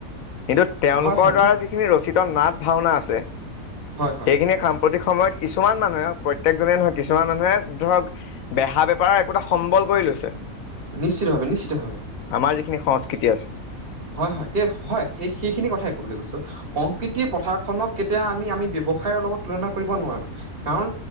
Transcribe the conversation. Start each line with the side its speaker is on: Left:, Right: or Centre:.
Left: কিন্তু তেওঁলোকৰ
Right: হয় হয়
Left: দ্বাৰা যিখিনি ৰচিত নাট ভাওনা আছে
Right: হয় হয়,
Left: সেইখিনিয়ে সাম্প্ৰতিক সময়ত কিছুমান মানুহে প্ৰত্যেকজনেই নহয় কিছুমান মানুহে ধৰক বেহা বেপাৰৰ একোটা সম্বল কৰি লৈছে।
Right: নিশ্চিতভাৱে নিশ্চিতভাৱ
Left: আমাৰ যিখিনি সংস্কৃতি আছে
Right: হয় হয় সেইখিনি কথাই ক'ব বুলি কৈছো। সংস্কৃতিৰ পথাৰখনক কেতিয়া আমি আমি ব্যৱসায় লগত তুলনা কৰিব নোৱাৰো কাৰণ